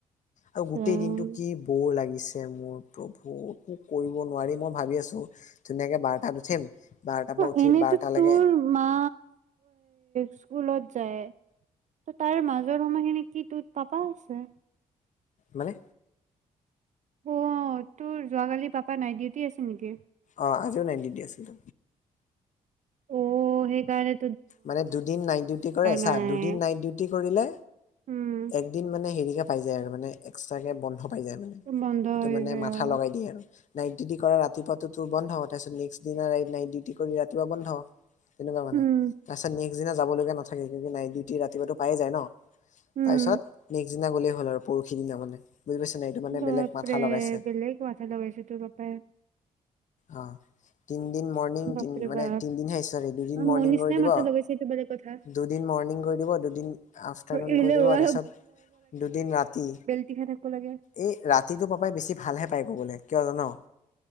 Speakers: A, on the left (about 55°); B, on the right (about 55°).
A: আৰু গোটেই
B: ৰাম।
A: দিনটো কি ব'ৰ লাগিছে মোৰ প্ৰভু, একো কৰিব নোৱাৰি মই ভাবি আছোঁ ধুনীয়াকে বাৰটাত উঠিম, বাৰটাৰপৰা
B: অ,
A: উঠি
B: এনেতো
A: বাৰটালৈকে
B: তোৰ মা স্কুলত যায়। ত' তাৰ মাজৰ সময়খিনি কি তোৰ পাপা আছে?
A: মানে?
B: অ' তোৰ যোৱাকালি পাপা নাইট ডিউটি আছিল নেকি?
A: অ' আজিও নাইট দিউটি আছিলে।
B: অ' সেইকাৰণে
A: মানে দুদিন নাইট ডিউটি কৰে, চা
B: নাই
A: দুদিন নাইট ডিউটি কৰিলে
B: উম
A: একদিন মানে হেৰিকে পাই যায় আৰু মানে। এক্সট্ৰাকে বন্ধ পাই যায় মানে।
B: বন্ধ
A: এইটো
B: হৈ
A: মানে
B: যায়
A: মাথা
B: অ
A: লগাই দিয়ে আৰু। নাইট ডিউটি কৰা ৰাতিপুৱাটো তোৰ বন্ধ, তাৰপিছত নেক্স দিনা নাইট ডিউটি ৰাতিপুৱা বন্ধ। তেনেকুৱা মানে।
B: উম
A: ছত নেক্সট দিনা যাবলগা নাথাকে, কি নাইট দিউটি ৰাতিপুৱাটো পায়ে যায় ন'
B: উম
A: তাৰপিছত নে দিনা গলেই হ'ল আৰু পৰহি দিনা মানে, বুজি পাইছ নাই? এইটো মানে
B: বাপৰে
A: বেলেগ মাথা লগাইছে
B: বেলেগ মাথা লগাইছে তোৰ পাপাই।
A: অ' তিনিদিন মৰ্ণিং
B: বাপৰে
A: মানে
B: বাপ
A: তিনিদিনহে চৰি দুদিন
B: অ
A: মৰ্ণিং
B: মোৰ নিচিনাই
A: কৰি দিব
B: মাথাত লগাইছে এইটো বেলেগ কথা
A: দুদিন মৰ্ণিং কৰি দিব, দুদিন আফটাৰনুন
B: এৰিলে
A: কৰি দিব,
B: হোৱা
A: তাৰপিছত দুদিন ৰাতি।
B: তেখেতকো লাগে।
A: এই ৰাতিটো পাপাই বেছি ভালহে পায় কৰিবলে কিয় জান?